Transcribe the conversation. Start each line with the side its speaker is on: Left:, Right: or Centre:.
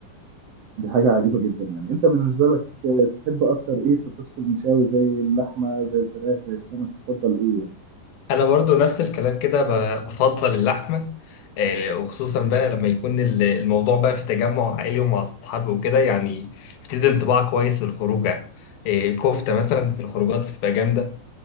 Right: دي حاجة عجيبة جدا يعني أنت بالنسبة لك آه، تحب أكتر إيه في قصة المشاوي زي اللحمة زي الفراخ زي السمك تفضل إيه يعني؟
Left: انا برضو نفس الكلام كده ب- بفضل اللحمه آه، وخصوصا بقى لما يكون ال- الموضوع بقى في تجمع عائلي ومع اصحابي وكده يعني بتدي انطباع كويس للخروجه آه، كفته مثلا في الخروجات بتبقى جامده